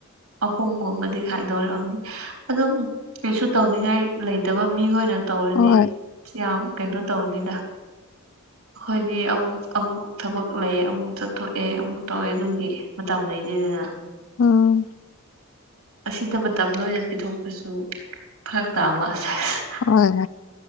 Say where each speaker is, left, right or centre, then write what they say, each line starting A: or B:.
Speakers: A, on the right; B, on the left.
A: ꯑꯍꯨꯝꯒꯨꯝꯕꯗꯤ ꯈꯥꯏꯗꯣꯔꯛꯑꯝꯅꯤ ꯑꯗꯨꯕꯨ ꯀꯩꯁꯨ ꯇꯧꯅꯤꯡꯉꯥꯏ ꯂꯩꯇꯕ ꯃꯤꯈꯣꯏꯅ ꯇꯧꯔꯗꯤ
B: ꯍꯣꯏ
A: ꯌꯥꯝ ꯀꯩꯅꯣ ꯇꯧꯅꯤꯗ ꯑꯩꯈꯣꯏꯗꯤ ꯑꯃꯨꯛ ꯑꯃꯨꯛ ꯊꯕꯛ ꯂꯩꯌꯦ ꯑꯃꯨꯛ ꯆꯠꯊꯣꯛꯑꯦ ꯑꯃꯨꯛ ꯇꯧꯋꯦ ꯑꯗꯨꯒꯤ ꯃꯇꯝ ꯂꯩꯗꯦꯗꯅ
B: ꯎꯝ
A: ꯑꯁꯤꯗ ꯃꯇꯝ ꯂꯣꯏꯅ ꯄꯤꯊꯣꯛꯄꯁꯨ ꯐꯔꯛ ꯇꯥꯕ ꯑꯁ ꯑꯁ
B: ꯍꯣꯏ